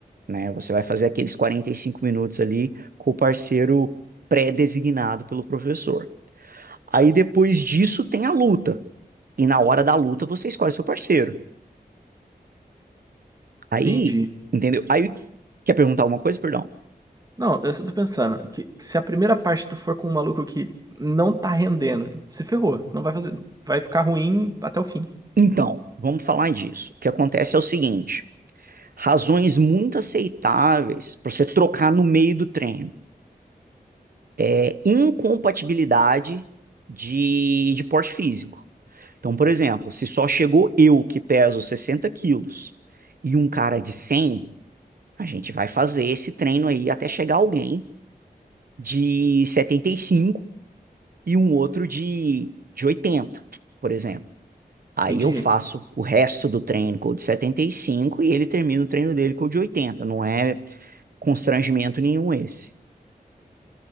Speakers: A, on the right; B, on the right.
A: né? Você vai fazer aqueles 45 minutos ali com o parceiro pré-designado pelo professor. Aí depois disso tem a luta, e na hora da luta você escolhe seu parceiro. Aí,
B: entendi.
A: entendeu? Aí quer perguntar alguma coisa, perdão?
B: Não, eu só tô pensando que que se a primeira parte tu for com um maluco que não tá rendendo, se ferrou, não vai fazer, vai ficar ruim até o fim.
A: Então, vamos falar disso. O que acontece é o seguinte: razões muito aceitáveis para você trocar no meio do treino é incompatibilidade de, de porte físico. Então, por exemplo, se só chegou eu que peso 60 quilos e um cara de 100, a gente vai fazer esse treino aí até chegar alguém de setenta e cinco e um outro de, de 80, por exemplo. Aí
B: Entendi.
A: eu faço o resto do treino com o de setenta e cinco e ele termina o treino dele com o de 80. Não é constrangimento nenhum esse.